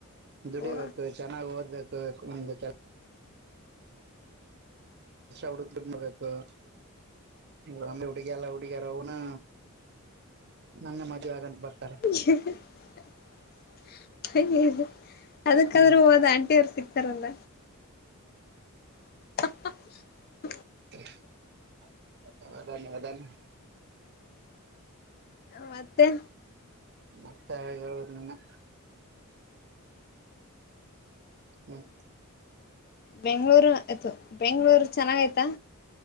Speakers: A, on the right; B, on the left.
A: ದುಡಿಬೇಕು
B: ಓ
A: ಚೆನ್ನಾಗ್ ಓದ್ಬೇಕು ಒಂದು ಹುಡುಕ್ಲಿಡ್ಬೇಕು <inaudible> ಅಂದೆ ಹುಡುಗಿಯಲ್ಲ ಹುಡುಗಿಯಾರ ಅವನು ನನ್ ಮದ್ವೆ ಆಗಂತ ಬರ್ತ
B: <unintelligible> <unintelligible> ಅದಕ್ಕಾದ್ರೂ
A: ಹ್ಮ್
B: ಹೋದ ಆಂಟಿ ಅವರು ಸಿಗ್ತಾರಲ್ಲ. <unintelligible>
A: <unintelligible> ಹೌದೇನು ಹೌದೇನು
B: ಮತ್ತೆ.
A: ಮತ್ತೆ ಹೇಳ್ಬೇಕು ನೀನೆ <inaudible> ಹ್ಮ್
B: ಬೆಂಗಳೂರು ಹೇಯ್ ಥು ಬೆಂಗಳೂರು ಚೆನ್ನಾಗ ಆಯ್ತಾ.